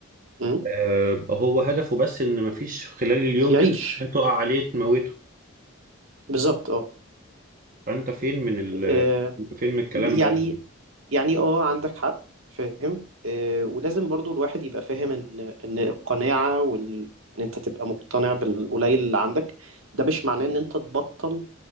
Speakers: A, on the right; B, on the right.
A: مم.
B: آه، بقى هو هدفه بس ان مفيش خلال اليوم
A: يعيش
B: كده حاجة تقع عليه تموته
A: بالظبط اه
B: فانت فين من ال <laughs>
A: آه،
B: انت فين من الكلام
A: يعني
B: ده
A: يعني اه عندك حق فاهم آه ولازم برضو الواحد يبقى فاهم ان ان القناعة وال ان انت تبقى مقتنع بالقليل اللي عندك ده مش معناه ان انت تبطل